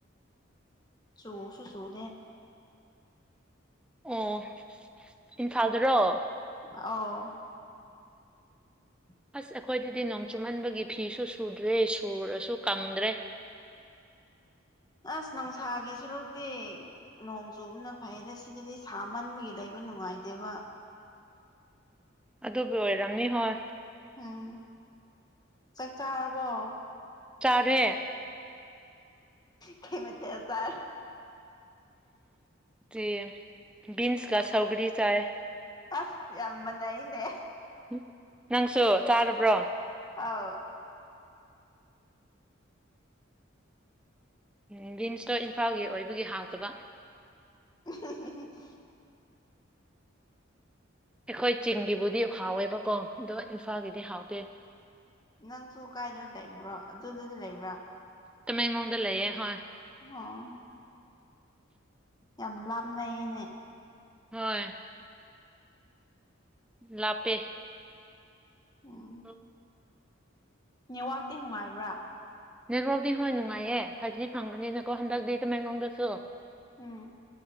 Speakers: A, on the left; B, in the centre.
A: ꯁꯨꯐ ꯁꯨꯗꯦ
B: ꯑꯣ ꯏꯝꯐꯥꯜꯗꯔꯣ
A: ꯑꯣ ꯎ
B: ꯑꯁ ꯑꯩꯈꯣꯏꯗꯗꯤ ꯅꯣꯡ ꯆꯨꯃꯟꯕꯒꯤ ꯐꯤꯁꯨ ꯁꯨꯗ꯭ꯔꯦ ꯁꯨꯔꯁꯨ ꯀꯪꯗ꯭ꯔꯦ
A: ꯑꯁ ꯅꯨꯡꯁꯥꯒꯤ ꯁꯔꯨꯗꯤ ꯅꯣꯡ ꯆꯨꯕꯅ ꯐꯩ ꯑꯗ ꯁꯤꯗꯗꯤ ꯁꯥꯃꯟꯕꯒꯤ ꯂꯩꯕ ꯅꯨꯡꯉꯥꯏꯇꯦꯕ
B: ꯑꯗꯨꯕꯨ ꯑꯣꯏꯔꯝꯅꯤ ꯍꯣꯏ
A: ꯎꯝ ꯆꯥꯛ ꯆꯥꯔꯕꯣ
B: ꯆꯔꯦ
A: ꯀꯩ ꯃꯆ ꯇꯔꯒ
B: ꯇ ꯕꯤꯟꯁ ꯀ ꯁꯧꯒꯔꯤ ꯆꯥꯌꯦ
A: ꯑꯁ ꯌꯥꯝꯃꯅ ꯏꯅꯦ
B: ꯎꯝ ꯅꯪꯁꯨ ꯆꯥꯔꯕ꯭ꯔꯣ
A: ꯑꯥꯎ
B: ꯎꯝ ꯕꯤꯟꯁꯇꯣ ꯏꯝꯐꯥꯜꯒꯤ ꯑꯣꯏꯕꯒꯤ ꯍꯞꯇꯕ
A: <unintelligible>
B: ꯑꯩꯈꯣꯏ ꯆꯤꯡꯒꯤꯕꯨꯗꯤ ꯍꯥꯎꯋꯦꯕꯀꯣ ꯑꯗꯨꯒꯣ ꯏꯝꯐꯥꯜꯒꯤꯗꯤ ꯍꯥꯎꯇꯦ
A: ꯅꯪꯁꯨ ꯀꯥꯏꯗꯅ ꯂꯩꯕ꯭ꯔꯣ ꯑꯗꯨꯗꯨꯗꯤ ꯂꯩꯕ꯭ꯔꯥ
B: ꯇꯃꯦꯉꯣꯡꯗ ꯂꯩꯑꯌꯦ ꯍꯣꯏ
A: ꯑꯣ ꯌꯥꯝ ꯂꯥꯞꯅꯩꯌꯦꯅꯦ
B: ꯍꯣꯏ ꯂꯞꯄꯦ
A: ꯎꯝ
B: ꯑ
A: ꯅꯦꯠꯋꯥꯛꯇꯤ ꯅꯨꯡꯉꯥꯏꯕ꯭ꯔꯥ
B: ꯅꯦꯠꯋꯥꯛꯇꯤ ꯍꯣꯏ ꯅꯨꯡꯉꯥꯏꯌꯦ ꯐꯥꯏꯚꯖꯤ ꯐꯪꯕꯅꯤꯅꯀꯣ ꯍꯟꯗꯛꯇꯤ ꯇꯃꯦꯡꯂꯣꯡꯗꯁꯨ
A: ꯎꯝ